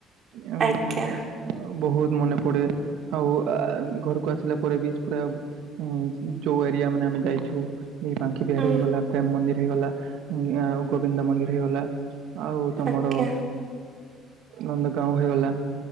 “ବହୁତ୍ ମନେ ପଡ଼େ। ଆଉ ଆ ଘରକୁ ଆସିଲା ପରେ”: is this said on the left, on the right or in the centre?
Right